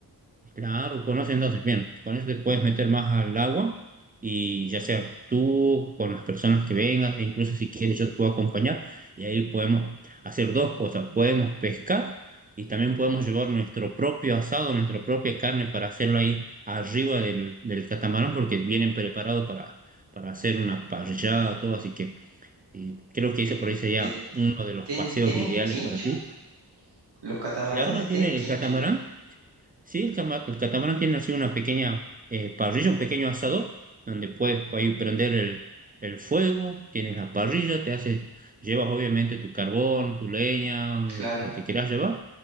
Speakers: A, on the right; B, on the right.
A: Claro, conoce entonces, bien, con eso te puedes meter más al agua y ya sea tú, con las personas que vengas, e incluso si quieres yo te puedo acompañar y ahí podemos hacer dos cosas, podemos pescar y también podemos llevar nuestro propio asado, nuestra propia carne para hacerlo ahí arriba del, del catamarán porque vienen preparados para, para hacer una parrillada, todo, así que y creo
B: Y
A: que
B: que-
A: ese por ahí sería
B: te-
A: uno de los
B: ¿tien-
A: paseos
B: ¿Tienen
A: ideales
B: quincho?
A: para ti.
B: ¿Los catamaranes
A: Claro, tiene
B: tienen quincho?
A: el catamarán. Sí, el, cama- el catamarán tiene así una pequeña eh, parrilla, un pequeño asador, donde puedes ahí prender el, el fuego, tienes la parrilla, te haces, llevas obviamente tu carbón, tu leña, lo,
B: Claro.
A: lo que quieras llevar,